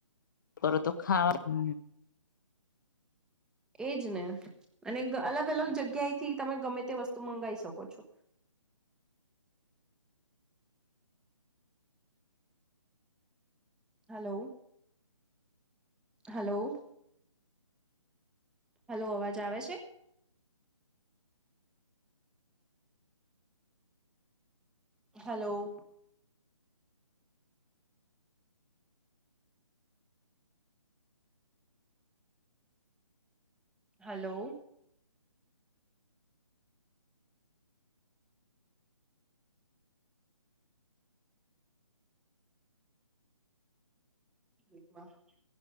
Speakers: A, on the left; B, in the centre.
A: <unintelligible> તો ખાવા
B: એજ ને અને અલગ અલગ જગ્યાએ થી તમે ગમે તે વસ્તુ મંગાવ શકો છો હલો, હલો હલો અવાજ આવે છે હલો હલો <unintelligible>